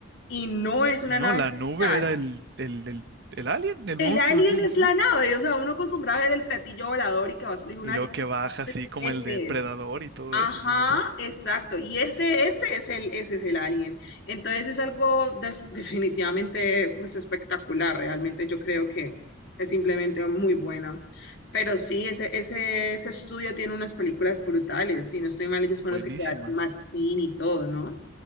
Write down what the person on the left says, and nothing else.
y no es una
nave
espacial.
El
alien
es
la nave, o sea, uno acostumbrado a ver el platillo volador y que va a salir un
alien.
Ese
es.
Ajá,
exacto. Y ese, ese es el, ese es el alien. Entonces es algo def- definitivamente pues, espectacular. Realmente yo creo que es simplemente muy bueno. Pero sí, ese, ese, ese estudio tiene unas películas brutales. Si no estoy mal, ellos fueron
los que crearon Maxine y todo, ¿no?